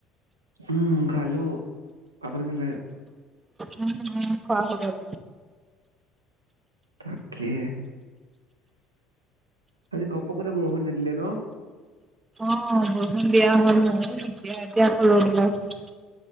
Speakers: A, on the right; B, on the right.
A: উম খালো আপুনি খালে?
B: উম উ খোৱা হৈ গ'ল।
A: তাকে, আজি ঘপহকৈ বৰষুণ দিদিলে ন?
B: অ বৰষুণ দিয়া হ'ল, দিয়া এতিয়া আকৌ ৰ'দ ওলাইছে